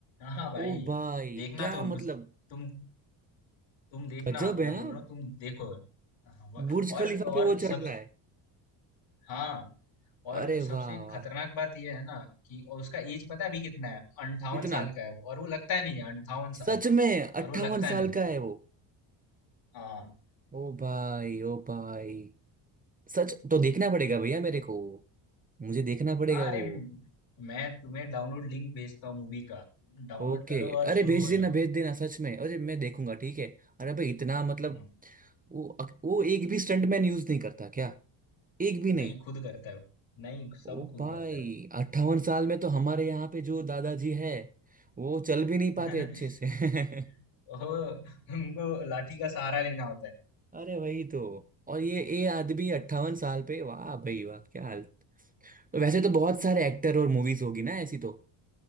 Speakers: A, on the left; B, on the right.
A: हाँ भाई
B: ओ भाई
A: देखना
B: क्या
A: तुम
B: मतलब
A: उस तुम तुम देखना
B: गजब
A: मैं
B: है
A: बोल
B: हाँ?
A: रहा हूँ तुम देखो हाँ, वह-
B: बुर्ज
A: और
B: खलीफा
A: और
B: पे वो चढ़
A: सब
B: रहा है
A: हाँ और
B: अरे
A: सबसे
B: वाह वाह
A: खतरनाक बात यह है ना कि और उसका एज पता है अभी कितना है अंठावन
B: इतना
A: साल का है वो और वो लगता ही नहीं है अंठावन
B: सच
A: साल
B: में अट्ठावन
A: और वो लगता
B: साल
A: ही नहीं
B: का है वो
A: हाँ
B: ओ भाई ओ भाई सच तो देखना पड़ेगा भैया मेरे को मुझे देखना पड़ेगा
A: हाँ
B: वो
A: अरे मैं तुम्हें डाउनलोड लिंक भेजता हूँ मूवी का तुम डाउनलोड
B: ओके
A: करो और
B: अरे
A: शुरू
B: भेज
A: हो
B: देना
A: जाओ
B: भेज देना सच में अरे मैं देखूंगा ठीक है अरे भाई इतना मतलब
A: हाँ,
B: वो वो एक भी स्टंटमैन यूज नहीं करता क्या एक भी नहीं
A: नहीं खुद करता है वो नहीं सब
B: ओ
A: खुद
B: भाई
A: करता है वो
B: अट्ठावन साल में तो हमारे यहाँ पे जो दादाजी है वो चल भी नहीं पाते
A: <laughs>
B: अच्छे से <laughs>
A: ओह, उनको लाठी का सहारा लेना होता है
B: अरे वही तो और ये ये आदमी अट्ठावन साल पे वाह भाई वाह क्या हाल वैसे तो बहुत सारे एक्टर और मूवीज होगी ना ऐसी तो